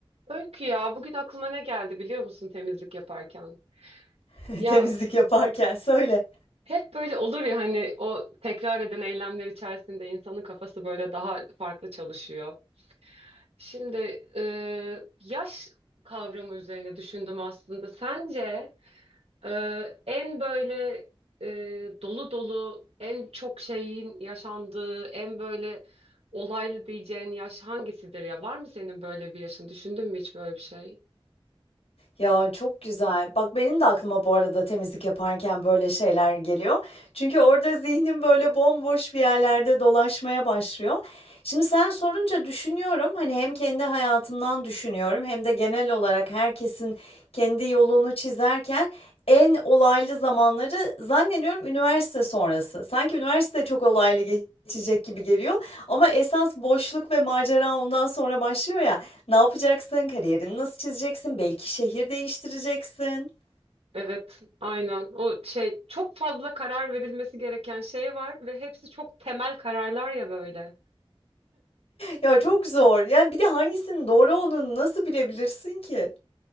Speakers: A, on the right; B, on the left.
A: Öykü ya bugün aklıma ne geldi biliyor musun temizlik yaparken?
B: <laughs>
A: Ya
B: Temizlik yaparken söyle.
A: hep böyle olur ya hani o tekrar eden eylemler içerisinde insanın kafası böyle daha farklı çalışıyor. Şimdi e, yaş kavramı üzerine düşündüm aslında. Sence e, en böyle e, dolu dolu en çok şeyin yaşandığı en böyle olaylı diyeceğin yaş hangisidir ya? Var mı senin böyle bir yaşın? Düşündün mü hiç böyle bir şey?
B: Ya çok güzel. Bak benim de aklıma bu arada temizlik yaparken böyle şeyler geliyor. Çünkü orada zihnim böyle bomboş bir yerlerde dolaşmaya başlıyor. Şimdi sen sorunca düşünüyorum. Hani hem kendi hayatımdan düşünüyorum hem de genel olarak herkesin kendi yolunu çizerken en olaylı zamanları zannediyorum üniversite sonrası. Sanki üniversite çok olaylı geçecek gibi geliyor ama esas boşluk ve macera ondan sonra başlıyor ya. Ne yapacaksın? Kariyerini nasıl çizeceksin? Belki şehir değiştireceksin. <laughs>
A: Evet, aynen. O şey çok fazla karar verilmesi gereken şey var ve hepsi çok temel kararlar ya böyle.
B: Ya çok zor. Yani bir de hangisinin doğru olduğunu nasıl bilebilirsin ki?